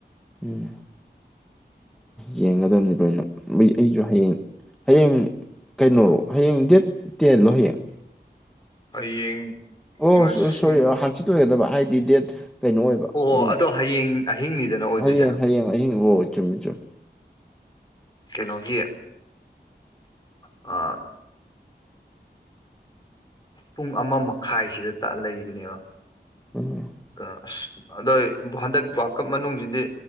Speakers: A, in the centre; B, on the left.
A: ꯎꯝ ꯌꯦꯡꯒꯗꯕꯅꯤ ꯂꯣꯏꯅ ꯑꯩꯁꯨ ꯍꯌꯦꯡ ꯍꯌꯦꯡ ꯀꯩꯅꯣꯔꯣ ꯍꯌꯦꯡ ꯗꯦꯠ ꯇꯦꯟꯂꯣ ꯍꯌꯦꯡ
B: ꯍꯌꯦꯡ
A: ꯑꯣ
B: ꯉꯁꯤ
A: ꯁꯣꯔꯤ ꯍꯥꯡꯆꯤꯠ ꯑꯣꯏꯒꯗꯕ ꯍꯥꯏꯗꯤ ꯗꯦꯠ ꯀꯩꯅꯣ ꯑꯣꯏꯕ
B: ꯍꯣ
A: ꯄꯨꯡ
B: ꯍꯣ ꯑꯗꯣ ꯍꯌꯦꯡ ꯑꯍꯤꯡꯅꯤꯗꯅ ꯑꯣꯏꯗꯣꯏꯁꯦ
A: ꯍꯌꯦꯡ ꯍꯌꯦꯡ ꯑꯍꯤꯡ ꯑꯣ ꯆꯨꯝꯃꯤ ꯆꯨꯝꯃꯤ
B: ꯀꯩꯅꯣꯒꯤ ꯑ ꯄꯨꯡ ꯑꯃ ꯃꯈꯥꯏꯁꯤꯗ ꯇ ꯂꯩꯕꯅꯦꯕ
A: ꯎꯝ
B: ꯑ ꯑꯁ ꯑꯗꯣ ꯍꯟꯗꯛ ꯚꯀꯞ ꯃꯅꯨꯡꯁꯤꯗꯤ